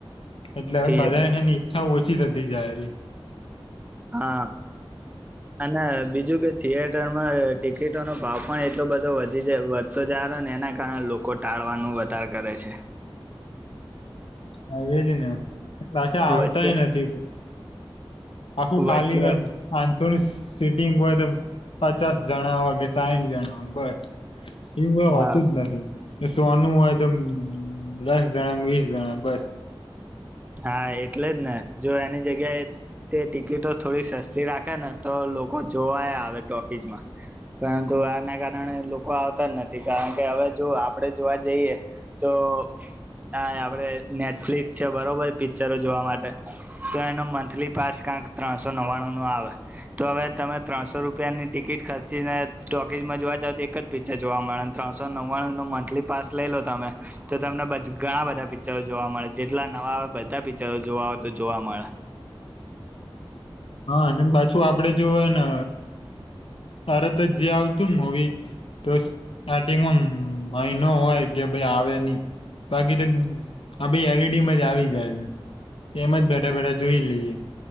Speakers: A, on the left (about 75°); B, on the right (about 15°).
A: એટલે હવે
B: થિયેટર
A: મા ઈચછ ઓછી થતી જાય.
B: હા અને બીજું કે થિયેટરમાં ટિકિટોનો ભાવ પણ એટલો બધો વધી જ વધતો જાર ને એના કારણે લોકો ટાળવાનું વધાર કરે છે.
A: હા એજ ને પાછા આવતાય
B: વચ્ચે
A: નથી. આખું ખાલી
B: વચ્ચે
A: હો એમ. શોને સિટિંગ હોય તો પચાસ જણા હોય કે સાહીઠ જણા હોય બસ. એમ કઈ
B: હા
A: વાતું જ નથી. સોનું હોય તો દસ જણા વીસ જણા બસ.
B: હા એટલે જ ને જો એની જગ્યાએ તે ટિકિટો થોડી સસ્તી રાખે ને તો લોકો જોવાય આવે ટોકીઝમાં પરંતુ આના કારણે લોકો આવતા જ નથી કારણ કે હવે જો આપડે જોવા જઈએ તો આ આપડે નેટફ્લિક્સ છે બરોબર પિક્ચરો જોવા માટે તો એનો મંથલી પાસ ક્યાંક ત્રણસો નવ્વાણું નો આવે તો હવે તમે ત્રણસો રૂપિયાની ટિકિટ ખર્ચીને ટોકીઝમાં જોવા જાવ તો એક જ પિક્ચર જોવા મળે ત્રણસો નવ્વાણું નો મંથલી પાસ લઈ લો તમે તો તમને ઘણા બધા પિક્ચરો જોવા મળે કેટલા નવા આવે બધા પિક્ચરો જોવા હોય તો જોવા મળે.
A: હા અને પાછું આપડે જો હો ને તારે તો જે આવતું ને મવી તો સ્ટાર્ટિંગમાં મહિનો હોય કે ભાઈ આવે નહી બાકી તો આ ભી એલઈડીમાં જ આવી જાય છે એમ જ બેઠા બેઠા જોઈ લઈએ.